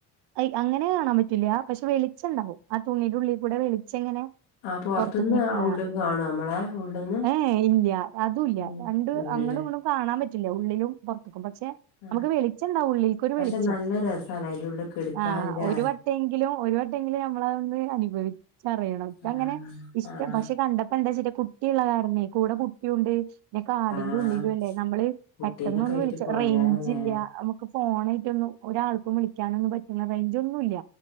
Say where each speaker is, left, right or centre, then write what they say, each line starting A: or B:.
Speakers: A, on the right; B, on the left.
A: അയ് അങ്ങനെ കാണാൻ പറ്റില്ല പക്ഷെ വെളിച്ചണ്ടാവും ആ തുണിയുടെ ഉള്ളിൽ കൂടെ വെളിച്ചങ്ങനെ
B: ആഹ് പൊറത്ത്ന്ന്
A: പൊർത്ത്ക്ക് ആഹ്
B: ഉള്ള്ക്ക് കാണോ നമ്മളെ ഉള്ള്ന്ന്
A: ഏ യെ ഇല്ല്യ അതുംല്ല്യ
B: ഉം
A: രണ്ട്
B: ഇല്ലല്ലേ
A: അങ്ങടുഇങ്ങടും കാണാൻ പറ്റില്ല ഉള്ളിലും പൊർത്ത്ത്ക്കും പക്ഷെ
B: ആഹ്
A: നമുക്ക് വെളി ച്ചണ്ടാവും ഉള്ളിൽക്കൊരു
B: പക്ഷെ
A: വെളിച്ചം
B: നല്ല രസാല്ലേ അയിന്റെ ഉള്ളിൽ കെടക്കാന്
A: ആഹ്
B: ല്ലേ
A: ഒര് വ ട്ടെങ്കിലും ഒരു വട്ടെങ്കിലും നമ്മളഹ് ഒന്ന് അനുഭവി ച്ചറിയണം ഇപ്പ
B: ആഹ്
A: അങ്ങനെ ഇഷ്ടം
B: ആഹ്
A: പക്ഷെ കണ്ടപ്പോ എന്താച്ചട്ട കുട്ടിള്ള കാരണെയ് കൂടെ കുട്ടിയുണ്ട് പിന്നെ കാടിന്റെ
B: ആഹ്
A: ഉള്ളിലും അല്ലേ നമ്മള്
B: കുട്ടീനൊക്കെ
A: പെട്ടെന്നൊന്ന്
B: ആയിട്ട്
A: വിളിച്ച
B: പോയാലേ
A: റേഞ്ച് ഇല്ല അമ നമുക്ക് ഫോണായിട്ടൊന്നും ഒരാൾക്കും വിളിക്കാനൊന്നും പറ്റുന്ന റയിഞ്ച് ഒന്നുമില്ല